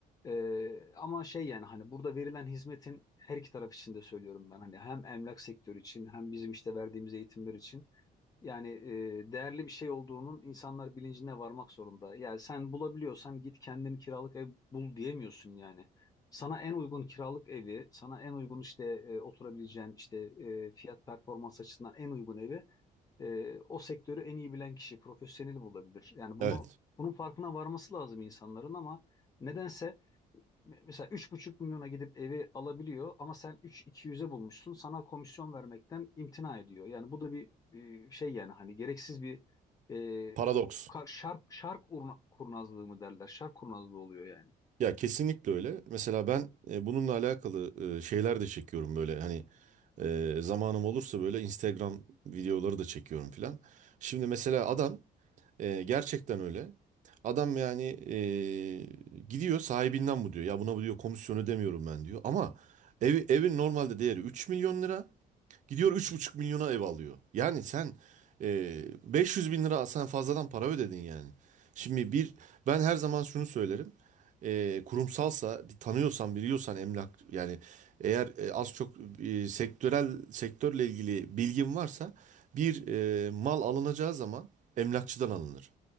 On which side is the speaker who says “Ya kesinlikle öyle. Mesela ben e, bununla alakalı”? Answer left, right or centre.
Right